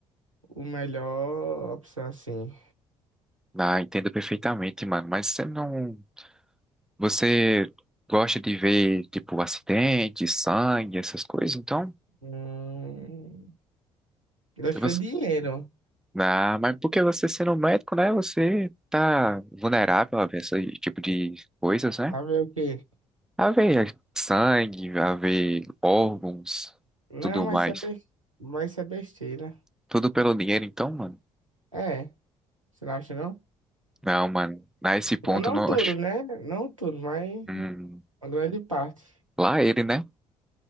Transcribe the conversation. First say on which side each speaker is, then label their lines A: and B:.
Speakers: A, on the right (about 85°); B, in the centre.
A: o melhor opção, assim.
B: Ah, entendo perfeitamente, mano, mas você não. Você gosta de ver, tipo, acidente, sangue, essas coisas? Então,
A: Hum, eu acho
B: se você...
A: que é dinheiro.
B: Ah, mas porque você sendo um médico, né? Você tá vulnerável a ver esse tipo de coisas, né?
A: A ver o quê?
B: A ver sangue, a ver órgãos,
A: Não,
B: tudo
A: mas
B: mais.
A: isso é, bes- mas isso é besteira.
B: Tudo pelo dinheiro, então, mano.
A: É, você não acha, não?
B: Não, mano. A esse ponto,
A: Não, não
B: eu não
A: tudo,
B: acho.
A: né? Não tudo, mas
B: Hum,
A: uma grande parte.
B: lá ele, né?